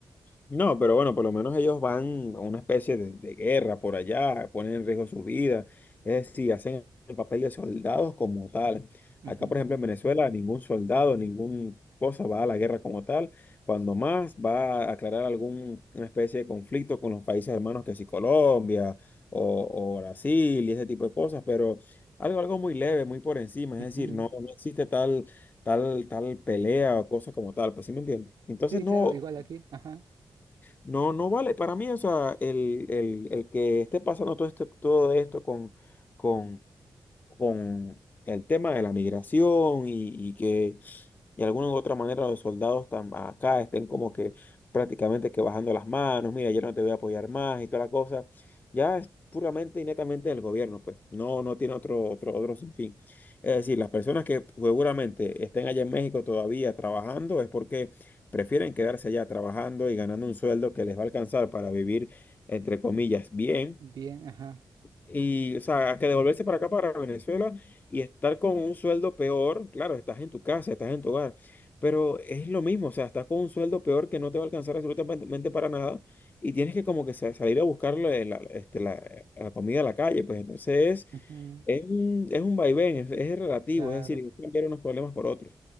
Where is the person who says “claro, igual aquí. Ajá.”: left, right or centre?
Right